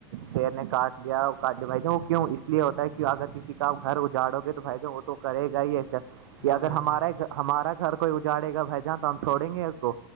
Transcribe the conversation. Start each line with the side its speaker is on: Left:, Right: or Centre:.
Right: شیر نے کاٹ لیا کاٹ لیا بھائی ج وہ کیوں اس لیے ہوتا ہے کی اگر کسی کا گھر اجاڑو گے تو بھائی ج وہ تو کرے گا ہی ای کہ
Left: ہاں
Right: اگر
Left: بھائی
Right: ہمارے
Left: جان
Right: ہمارا گھر کوئی اجاڑے گا بھ جاں تو ہم چھوڑیں گے اس کو